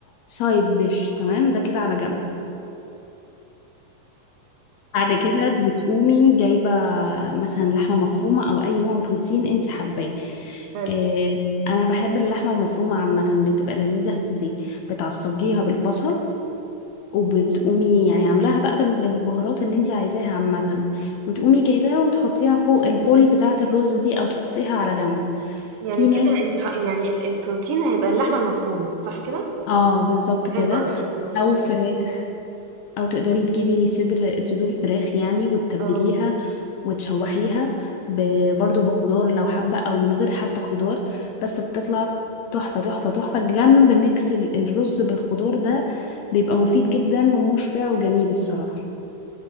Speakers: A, on the left (about 75°); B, on the right (about 80°).
A: سايد ديش تمام ده كده على جنب بعد كده بتقومي جايبة مثلا لحمة مفرومة أو أي نوع بروتين انت حباه
B: حلو.
A: إيه أنا بحب اللحمة المفرومة عامة بتبقى لذيذة في دي بتعصجيها بالبصل وبتقومي
B: ماشي
A: يعني عاملاها بقى بال- بالبهارات اللي انت عايزاها عامة وتقومي جايباها وتحطيها فوق البول بتاعة الرز دي او تحطيها على جنب
B: يعني
A: في
B: كده
A: ناس
B: انت ح- يعني ال- البروتين هيبقى اللحمة المفرومة صح كده
A: اه بالظبط كده
B: حلو قوي ماشي
A: او فراخ او تقدري تجيبي صدر صدور فراخ يعني وتتبليها
B: اه
A: وتشوحيها ب- برضو بخضار لو حابة او من غير حتى خضار بس بتطلع تحفة تحفة تحفة جنب ميكس ال- الرز بالخضار ده بيبقى مفيد جدا ومشبع وجميل الصراحة